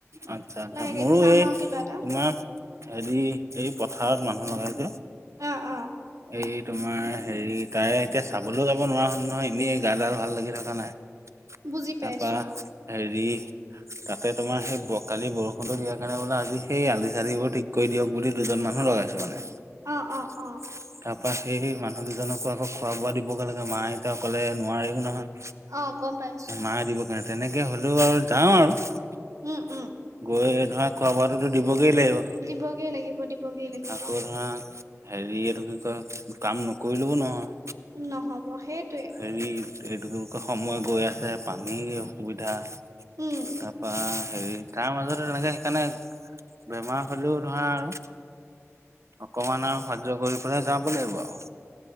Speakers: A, on the right (about 65°); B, on the right (about 80°).
A: আচ্ছা, আচ্ছা
B: লাহেকে
A: মোৰো
B: খাম
A: এই
B: আৰু
A: তোমাৰ
B: কিবা এটা
A: হেৰি এই পথাৰত মানুহ লগাইছো।
B: অ অ
A: এই তোমাৰ হেৰি তাই এতিয়া চাবলৈও যাব নোৱাৰা হ'ল নহয় এনেই গা ডাল আৰু ভাল লাগি থকা নাই।
B: বুজি পাইছো
A: তাৰপা হেৰি তাতে তোমাৰ সেই কালি বৰষুণতটো দিয়া কাৰণে বোলে আজি সেই আলি চালিবোৰ ঠিক কৰি দিয়ক বুলি দুজন মানুহ লগাইছো মানে। তাৰ
B: অ অ অ অ
A: পৰা সেই মানুহ দুজনকো আকৌ খোৱা বোৱা দিবগৈ লাগে, মা এতিয়া অকলে নোৱাৰাৰেও নহয়।
B: অ' গ'ম পাই।
A: মাৰ দিবৰ কাৰণে তেনেকে হ'লেও আৰু যাওঁ আৰু।
B: উম উম
A: গৈ ধৰা খোৱা বোৰতো দিবগৈ লাগিব।
B: দিবগেই লাগিব দিবগেই লাগিব
A: আকৌ ধৰা হেৰি এটো কি কয় কাম নকৰিলেও নহয়।
B: নহ'ব সেইটোৱে
A: হেৰি এটো কি বুলি কয়, সময় গৈ আছে পানীৰ অসুবিধা।
B: উম
A: তাৰাপা হেৰি তাৰ মাজত তেনেকে সেইকাৰণে। বেমাৰ হ'লেও নহয় আৰু। অকমাণ সয্য কৰি পেলাই যাব লাগিব আৰু।